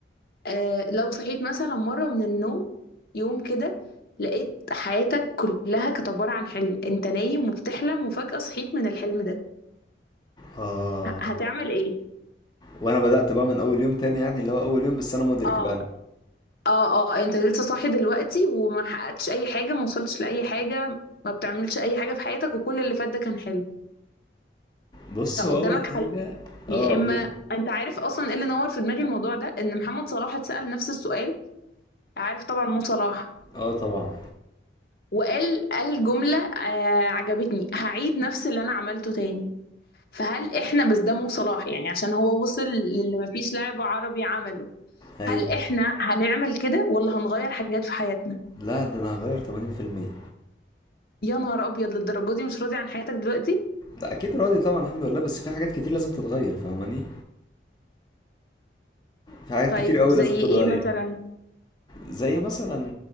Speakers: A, on the left; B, on the left.
A: آه لو صحيت مثلا مرة من النوم يوم كده لقيت حياتك كلها كانت عبارة عن حلم انت نايم وبتحلم وفجأة صحيت من الحلم ده
B: اه
A: ه- هتعمل ايه؟
B: وانا بدأت بقى من اول يوم تاني يعني اللي هو اول يوم بس انا مدرك
A: اه
B: بقى
A: اه اه انت لسه صاحي دلوقتي وما حققتش اي حاجه ما وصلتش لاي حاجه ما بتعملش اي حاجه في حياتك وكل اللي فات ده كان حلو
B: بص
A: فقدامك
B: هو اول
A: حل
B: حاجة
A: يا
B: اه
A: اما
B: قول
A: انت عارف اصلا ايه اللي نور في دماغي الموضوع ده ان محمد صلاح اتسال نفس السؤال عارف طبعا مو صلاح
B: اه طبعا
A: وقال قال جمله آه عجبتني هعيد نفس اللي انا عملته تاني فهل احنا بس ده مو صلاح يعني عشان هو وصل للي مفيش لاعب عربي عمله
B: ايوه
A: هل احنا هنعمل كده ولا هنغير حاجات في حياتنا
B: لا ده انا هغير 80%
A: يا نهار ابيض للدرجه دي مش راضي عن حياتك دلوقتي
B: لا اكيد راضي طبعا الحمد لله بس في حاجات كتير لازم تتغير فاهماني في حاجات
A: طيب
B: كتير قوي
A: زي
B: لازم تتغير
A: ايه مثلا
B: زي مثلا